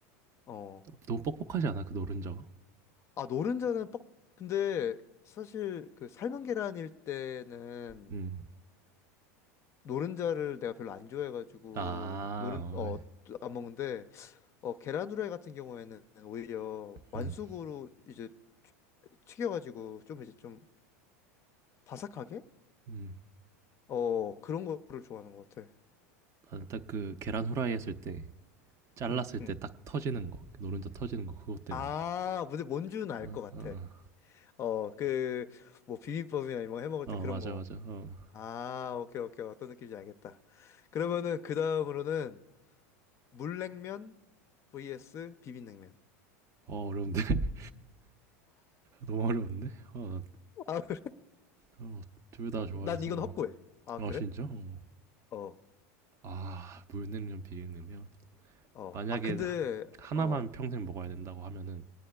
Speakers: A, on the left; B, on the right.
A: 어.
B: 너무 뻑뻑하지 않아? 그 노른자가?
A: 아, 노른자는 뻑. 근데 사실 그 삶은 계란일 때는
B: 음.
A: 노른자를 내가 별로 안 좋아해가지고
B: 아.
A: 노른
B: 어
A: 어
B: 그지.
A: 안 먹는데 어 계란 후라이 같은 경우에는 오히려 완숙으로
B: 음.
A: 이제 튀- 튀겨가지고 좀 이제 좀 바삭하게
B: 음.
A: 어 그런 거를 좋아하는 것 같아.
B: 나는 딱 그 계란 후라이 했을 때 잘랐을
A: 응,
B: 때
A: 응.
B: 딱 터지는 거 그 노른자 터지는 거 그것 때문에
A: 아,
B: 먹어
A: 근데 뭔 줄은 알
B: 어,
A: 것 같아.
B: 어,
A: 어, 그, 뭐, 비빔밥이나 이런 거 해 먹을
B: 어
A: 때 그런
B: 맞아
A: 거.
B: 맞아 어,
A: 아, 오케이, 오케이. 어떤 느낌인지 알겠다. 그러면은 그 다음으로는 물냉면 vs 비빔냉면.
B: 어 어려운데 <laughs> 너무 어려운데 어,
A: 아, 그래.
B: 어, 둘 다 좋아해서
A: 난 이건 확고해. 아,
B: 아
A: 그래?
B: 진짜 어.
A: 어,
B: 아 물냉면 비빔냉면
A: 어.
B: 만약에
A: 아, 근데,
B: 하, 하나만
A: 어,
B: 평생 먹어야 된다고 하면은